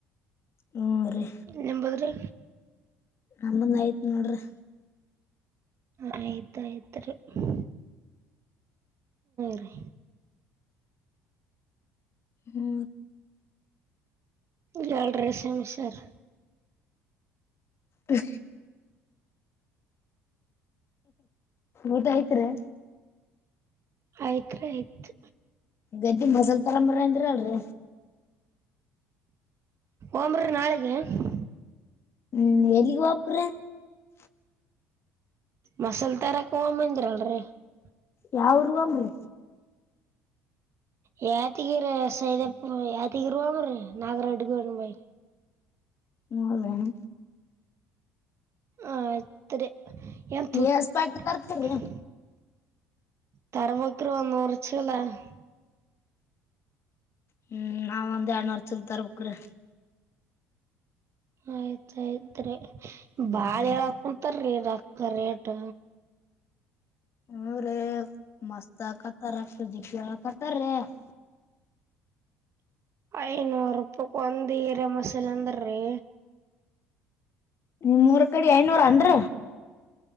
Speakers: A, on the left; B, on the right.
A: ಹ್ಞೂ ರೀ
B: ನಿಂಬದ್ರಿ.
A: ನಮ್ಮಂದ ಆಯ್ತ್ ನೋಡ್ರಿ
B: ಆಯ್ತಾಯ್ತ್ರಿ ಹ್ಮ ರರಿ.
A: ಹ.
B: ಜಾಲ್್ರ ಸಮಿಸರ್.
A: ಹ. ಊಟ ಆಯ್ತರಿ.
B: ಆಯ್ತ್ ರಿ ಆಯ್ತ್.
A: ಗದ್ದಿ ಬಸಲ್ ತರಂಬರಂದ್ರ ಅಲ್ರಿ.
B: ಓಮರರು ನಾಳೆಗೆ <unintelligible>
A: ಹ್ಮ್ ಎಲ್ಲಿಕ್ಕೆ ಹಾಕರ <unintelligible>
B: ಮಸಲ್ ತಾರಾ ಕ ಅಮ್ಮಜ್ರಳ ರ <unintelligible>
A: ಯಾವ ಮ್ಮ
B: ಯತಿಗಿರಿ ಸದ ಯಾತಿಗಿರಿಾಮ ರೀ ನಾಗರಡ್ಗು ಮ <unintelligible>
A: ಮೂರುೇಣ <unintelligible>
B: ಆತರೆ ಎ ತ <unintelligible>
A: ಎಸ್ ಪ್ಯಾಕೆಟ್ ತರ್ತೀರಿ
B: ತರ ಬಕರುವ ನೂರ್ಚಲ <unintelligible>
A: ಹ್ಮ್ ನಾವ ಒಂದ್ ಎರಡ್ನೂರ್ ಚಲ ತರ್ಬೇಕ್ರೀ
B: ಆಯ್ತ್ಾಯ್ತ್ರಿ
A: ಹ್ಮ್
B: ಬಾಳ ಹೇಳಾಕ ಕುಂತರೀ <unintelligible> ಕರೆಕ್ಟ್
A: ಹ್ಮ ರೇ ಮಸ್ತ ಕತಾರತ ಜ ಕತಾರ ರ
B: ಐನೂರು ರೂಪಾಯಕ್ ಒಂದೀರ ಮಸಾಲ ಅಂದ್ರರಿ
A: ನಿಮ ಮೂೂರ ಕಡಿ ಐನೂರ ಅನ್ರ